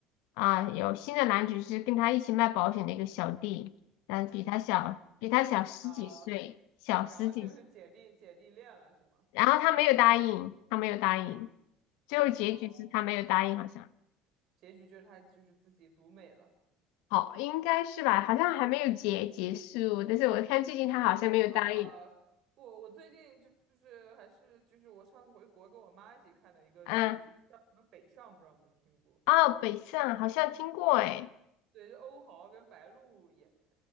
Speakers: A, on the left; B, on the right.
A: 啊，有新的男主是跟他一起卖保险的一个小弟，但比他小，比他小十几岁，
B: 啊、
A: 小十几，
B: 然后就是姐弟姐弟恋了是吗？
A: 然后他没有答应，他没有答应，最后结局是他没有答应，
B: 哦、
A: 好像。
B: 结局就是他就是自己独美了。
A: 好，应该是吧，好像还没有结结束，但是我看最近他好像没有答应。
B: 啊、我我最近就就是还是就是我上次回国跟我妈一起看的一个剧，
A: 嗯，
B: 就是叫什么《北上》，不知道你们听过？
A: 哦，北上好像听过哎，
B: 对，是欧豪跟白鹿演，